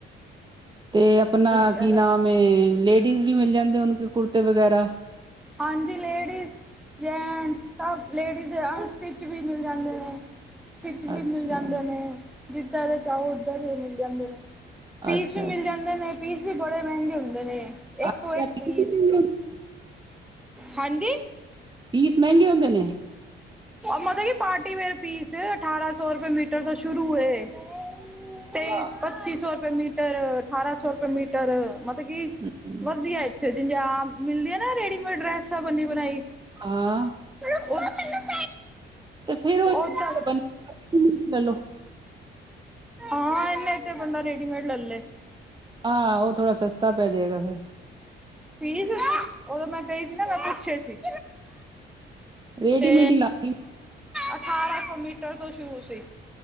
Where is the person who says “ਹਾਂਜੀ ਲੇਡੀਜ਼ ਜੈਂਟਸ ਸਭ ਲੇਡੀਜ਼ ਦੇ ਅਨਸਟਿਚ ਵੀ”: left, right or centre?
Centre